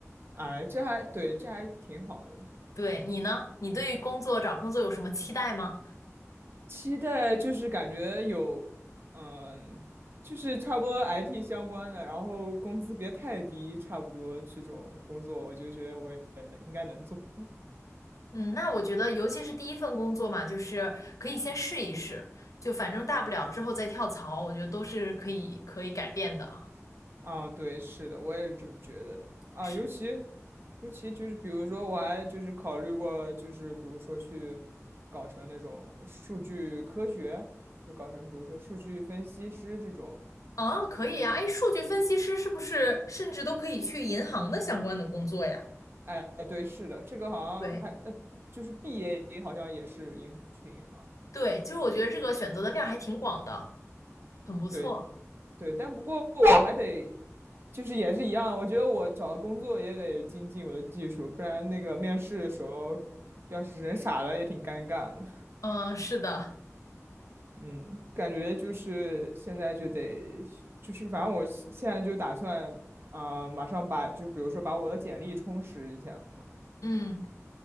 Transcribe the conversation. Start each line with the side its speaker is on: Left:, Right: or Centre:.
Right: 啊，这还对，这还挺好的。
Left: <laughs> 对，你呢？你对工作找工作有什么期待吗？
Right: 期待就是感觉有，嗯，就是差不多 IT 相关的，然后工资别太低，差不多这种工作，我就觉得我也能应该能做。
Left: 嗯，那我觉得，尤其是第一份工作嘛，就是可以先试一试，就反正大不了之后再跳槽，我觉得都是可以可以改变的。
Right: 嗯，对，是的，我也是这么觉得的啊。
Left: 是的，
Right: 尤其，尤其就是比如说，我还就是考虑过，就是比如说去搞成那种数据科学，就搞成比如说数据分析师这种，
Left: 啊，可以啊，
Right: 就是
Left: 哎，数据分析师是不是甚至都可以去银行的相关的工作呀？
Right: 哎，对，是的，这个好像还呃，
Left: 对，
Right: 就是 BA 好像也是银去银行，
Left: 对，就是我觉得这个选择的面儿还挺广的，很不错。
Right: 对对，但不过我还得就是也是一样，我觉得我找工作也得精进我的技术，不然那个面试的时候。要是人傻了也挺尴尬的。
Left: 嗯，是的，
Right: 嗯，感觉就是现在就得，就是反正我现现在就打算，啊、马上把就比如说把我的简历充实一下，
Left: 嗯，